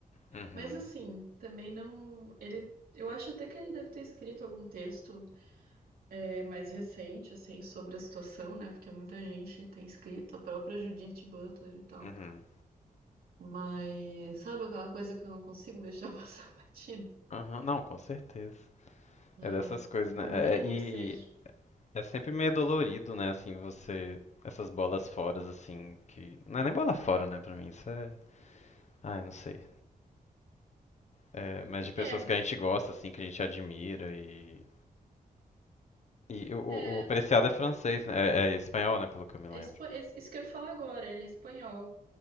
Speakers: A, on the left; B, on the right.
A: uhum,
B: Mas assim, também não. Ele. Eu acho até que ele deve ter escrito algum texto é, mais recente, assim, sobre a situação, né? Porque muita gente tem escrito, a própria Judith Butler e tal.
A: uhum.
B: Mas sabe aquela coisa que eu não consigo deixar <laughs> passar batido?
A: Aham, não, com certeza.
B: É,
A: É dessas coisas, né?
B: por
A: É-
B: mínimo
A: é- e
B: que seja.
A: é sempre meio dolorido, né? Assim, você. Essas bolas fora, assim, que. Não é nem bola fora, né? Pra mim, isso é. Ai, não sei. É, mas de pessoas
B: É,
A: que a gente gosta, assim, que a gente admira e. E o, o,
B: é,
A: o Preciado é francês,
B: é,
A: né? É, é espanhol, né? Pelo que eu me lembro.
B: É espa- é Isso que eu ia falar agora, ele é espanhol.